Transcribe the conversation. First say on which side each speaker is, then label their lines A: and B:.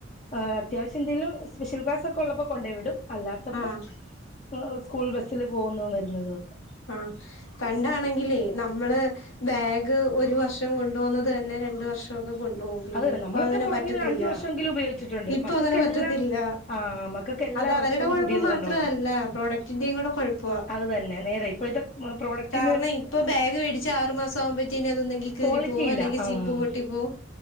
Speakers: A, on the left (about 35°); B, on the left (about 85°).
A: എഹ് അത്യാവശ്യ എന്തേയ്ലും സ്പെഷ്യൽ ക്ലാസ് ഒക്കെ ഒള്ളപ്പോ കൊണ്ടെയ് വിടും അല്ലാത്തപ്പം
B: ആഹ്
A: എ എഹ് സ്കൂൾ ബസ്സ്‌ല് പോകുന്നതും വെര്ന്നതു ഒക്കെ
B: ആഹ് പണ്ടാണെങ്കിലേ നമ്മള് ബാഗ് ഒരു വർഷം കൊണ്ടു പോക്ന്നത് തന്നെ രണ്ട് വർഷംഒക്കെ കൊണ്ടുപോകും പിന്നെ
A: അത് തന്നെ
B: ഇപ്പ
A: നമ്മളൊക്കെ
B: അങ്ങനെ
A: കുറഞ്ഞത്
B: പറ്റത്തില്ല
A: ഒരു അഞ്ച് വർഷമെങ്കിലും ഉപയോഗിച്ചിട്ടുണ്ട്
B: ഇപ്പൊ
A: മക്കൾക്കെല്ലാം
B: അങ്ങനെ പറ്റത്തില്ല
A: ആഹ് മക്കൾക്ക് എല്ലാ
B: അത്
A: വർഷവും
B: അവരുടെ കൊഴപ്പം
A: പുതിയത്
B: മാത്ര
A: കൊണ്ടോണം
B: അല്ല പ്രോഡക്ടിന്റെയും കൂടെ കൊഴപ്പവാ
A: അത് തന്നെ നേരെ ഇപ്പോഴത്തെ പ്രോഡക്റ്റിന്
B: കാരണം ഇപ്പൊ ബാഗ് മേടിച്ച് ആറ് മാസം ആവുമ്പഴത്തേന് അതൊന്നെങ്കി കീറിപ്പോകും
A: ക്വാളിറ്റി ഇല്ല
B: അല്ലെങ്കിൽ
A: ആഹ്
B: സിബ്ബ് പൊട്ടിപോവും